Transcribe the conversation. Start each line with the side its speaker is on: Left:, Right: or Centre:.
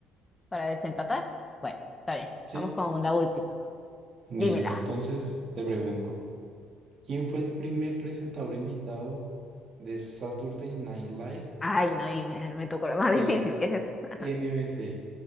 Left: para desempatar. Bueno, está bien.
Right: Sí,
Left: Vamos con la última.
Right: listo,
Left: Dímela.
Right: entonces te pregunto. ¿Quién fue el primer presentador invitado de Saturday Night Live
Left: Ay, no, y me, me tocó la más difícil,
Right: de
Left: ¿qué es eso? <laughs>
Right: NBC?